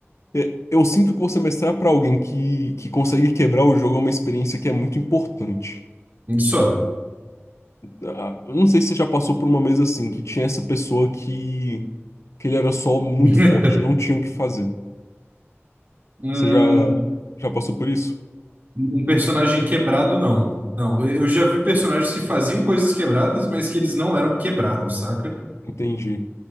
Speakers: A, on the left (about 80°); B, on the right (about 40°).
A: é, eu sinto que você mestrar pra alguém que, que consegue quebrar o jogo é uma experiência que é muito importante.
B: Só.
A: Ah, Eu não sei se você já passou por uma mesa assim, que tinha essa pessoa que, que ele era só muito
B: <laughs>
A: forte, não tinha o que fazer.
B: Hum,
A: Você já, já passou por isso?
B: Um personagem quebrado, não. Não, eu eu já vi personagens que faziam coisas quebradas, mas que eles não eram quebrados, saca?
A: Entendi.